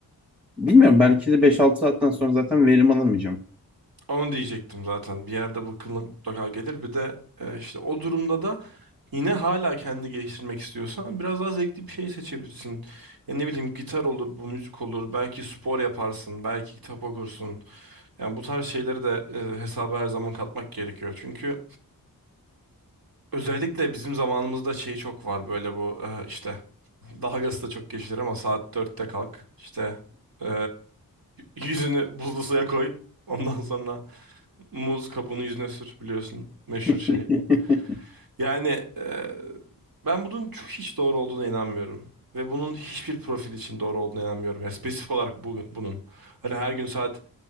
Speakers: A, in the centre; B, on the right (about 70°).
A: bilmiyorum belki de beş altı saatten sonra zaten verim alamayacağım.
B: Onu diyecektim zaten. Bir yerde bu kıllık mutlaka gelir. Bir de e, işte o durumda da yine hala kendi geliştirmek istiyorsan biraz daha zevkli bir şey seçebilirsin. Ya ne bileyim gitar olur, bu müzik olur. Belki spor yaparsın, belki kitap okursun. Yani bu tarz şeyleri de e, hesaba her zaman katmak gerekiyor. Çünkü özellikle bizim zamanımızda şey çok var böyle bu e, işte Dalgası da çok geçilir ama saat dörtte kalk. İşte eee, y- yüzünü buzlu suya koy. Ondan sonra muz kabuğunu yüzüne sür biliyorsun meşhur
A: <laughs>
B: şeyi. Yani eee, ben bunun çok- hiç doğru olduğuna inanmıyorum. Ve bunun hiçbir profil için doğru olduğuna inanmıyorum. Yani spesifik olarak bu, bunun. Hani her gün saat